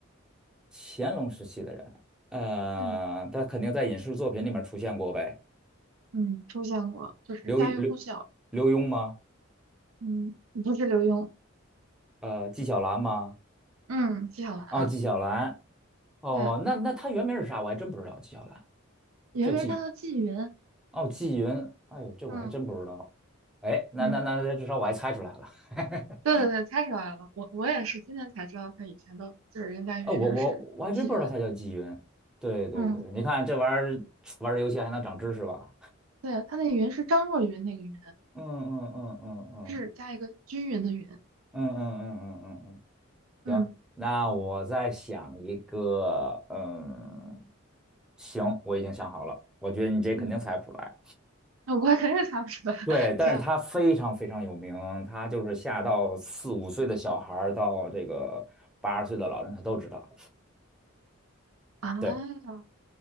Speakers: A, in the centre; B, on the right.
A: 乾隆时期的人，呃，
B: 嗯。
A: 他肯定在影视作品里面出现过呗。
B: 嗯，出现过，就是家喻户晓。
A: 刘刘刘墉吗？
B: 嗯，不是刘墉，
A: 呃，纪晓岚吗？
B: 嗯，纪晓岚。
A: 哦，纪晓岚。哦，
B: 对，
A: 那那他原名是啥？我还真不知道。纪晓岚
B: 原名他叫纪云。
A: 叫纪，哦，纪云。哎呦，这我还真不知道。
B: 嗯
A: 哎，那那那，
B: 嗯，
A: 至少我还猜出来了。<laughs>
B: 对对对，猜出来了。我我也是今天才知道他以前的，就是人家原名是纪云。
A: 啊，我我我还真不知道他叫纪云。对对对，
B: 嗯
A: 你看这玩意儿玩儿游戏还能长知识吧？
B: 对，他那云是张若昀那个云，
A: <laughs> 嗯嗯嗯嗯
B: 日加一个均匀的匀。
A: 嗯嗯嗯嗯嗯嗯嗯嗯。
B: 嗯
A: 行，那我再想一个，嗯，行，我已经想好了，我觉得你这肯定猜不出来。
B: 嗯，那我肯定猜不出来，<laughs>
A: 对，但是他非常非常有名，
B: 这
A: 他就是下到四五岁的小孩儿到这个八十岁的老人，他都知道。
B: 啊，
A: 对，